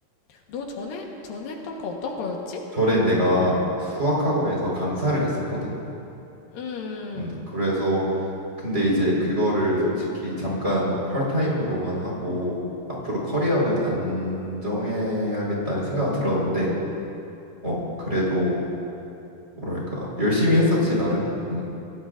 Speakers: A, on the left (about 80°); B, on the right (about 20°).
A: 너 전에, 전에 했던 거 어떤 거였지?
B: 전에 내가 수학학원에서 강사를 했었거든.
A: 음,
B: 음, 그래서 근데 이제 그거를 솔직히 잠깐 파트타임으로만 하고 앞으로 커리어는 안정해야겠다는 생각은 들었는데 어 그래도
A: 음.
B: 뭐랄까 열심히 했었지 나름 음